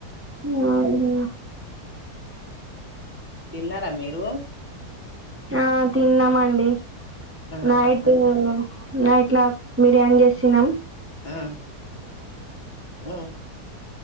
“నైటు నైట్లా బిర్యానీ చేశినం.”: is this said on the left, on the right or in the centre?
Right